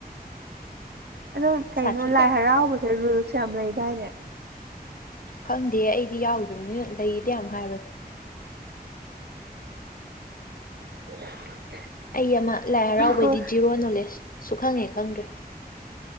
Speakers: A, on the right; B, on the left.
A: ꯑꯗꯨꯣ ꯀꯩꯅꯣ
B: ꯁꯥꯊꯤꯗ꯭ꯔꯥ
A: ꯂꯥꯏ ꯍꯔꯥꯎꯕꯁꯦ ꯔꯨꯜꯁ ꯌꯥꯝ ꯂꯩꯗꯥꯏꯅꯦ
B: ꯈꯪꯗꯦ ꯑꯩꯗꯤ ꯌꯥꯎꯗ꯭ꯔꯕꯅꯤꯅ ꯂꯩꯗ ꯌꯥꯝ ꯍꯥꯏꯕꯅꯤ
A: <unintelligible>
B: ꯑꯩ ꯑꯃ ꯂꯥꯏ ꯍꯔꯥꯎꯕꯩꯗꯤ
A: ꯍꯣꯏ
B: ꯖꯤꯔꯣ ꯅꯣꯂꯦꯖꯁꯨ ꯈꯪꯉꯦ ꯈꯪꯗ꯭ꯔꯦ